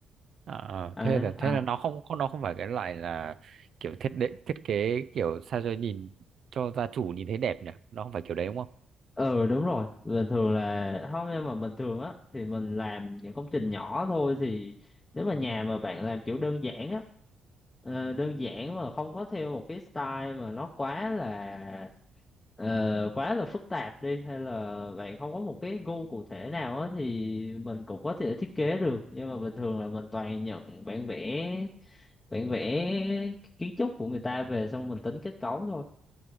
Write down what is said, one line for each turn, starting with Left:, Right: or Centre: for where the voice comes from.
Right: À, ờ,
Left: Đấy.
Right: thế là
Left: à,
Right: thế là nó không không nó không phải cái loại là kiểu thiết định thiết kế kiểu sao cho nhìn cho gia chủ nhìn thấy đẹp nhỉ? Nó không phải kiểu đấy đúng không?
Left: ừ đúng rồi bình thường là không nhưng mà bình thường á thì mình làm những công trình nhỏ thôi thì nếu mà nhà mà bạn làm kiểu đơn giản á ờ, đơn giản mà không có theo một cái style mà nó quá là ờ, quá là phức tạp đi hay là bạn không có một cái gu cụ thể nào á thì mình cũng có thể thiết kế được nhưng mà bình thường là mình toàn nhận bản vẽ bản vẽ kiến trúc của người ta về xong mình tính kết cấu thôi